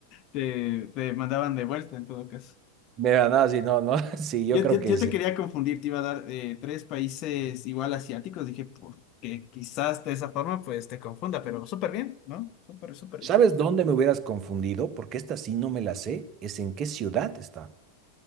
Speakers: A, on the left; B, on the right.
A: Te, te mandaban de vuelta en todo caso.
B: Mira, no, sí, no, no, <laughs> sí, yo
A: Yo,
B: creo
A: yo,
B: que
A: yo
B: sí.
A: te quería confundir, te iba a dar eh, tres países igual asiáticos. Dije, porque quizás de esa forma pues te confunda, pero súper bien, ¿no? Súper, súper.
B: ¿Sabes
A: bien.
B: dónde me hubieras confundido? Porque esta sí no me la sé. Es en qué ciudad está.